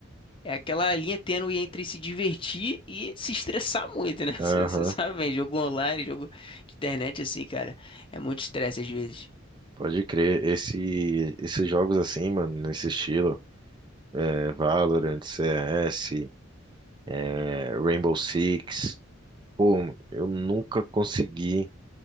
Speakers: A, on the left (about 25°); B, on the right (about 20°).
A: É aquela linha tênue entre se divertir e se estressar muito, né? <laughs>
B: Aham,
A: Você você sabe bem, jogo online, jogo de internet assim, cara. É muito estresse às vezes.
B: Pode crer. Esse, esses jogos assim, mano, nesse estilo, é, Valorant, CS, é, Rainbow Six. Pô, mano, eu nunca consegui